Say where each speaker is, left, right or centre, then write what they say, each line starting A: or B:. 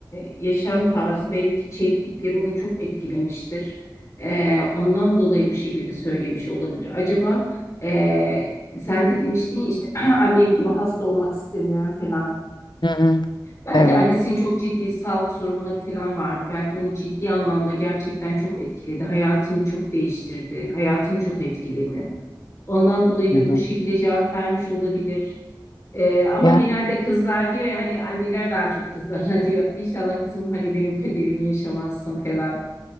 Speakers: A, on the left; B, on the left.
A: yaşam tarzı belki çektikleri onu çok etkilemiştir. E, ondan dolayı bu şekilde söylemiş olabilir. Acaba e, sen de demiştin ya işte <clears throat> annem gibi hasta olmak istemiyorum falan.
B: Hı hı.
A: Belki
B: Evet.
A: annesinin çok ciddi sağlık sorunları falan vardı. Belki onu ciddi anlamda gerçekten çok etkiledi. Hayatını çok değiştirdi. Hayatını çok etkiledi. Ondan dolayı
B: Hı
A: da
B: hı.
A: bu şekilde cevap vermiş olabilir. Ee, ama
B: Yani
A: genelde kızlar diyor ya hani anneler daha çok kızlarına <laughs> diyor. İnşallah kızım hani benim kaderimi yaşamazsın falan.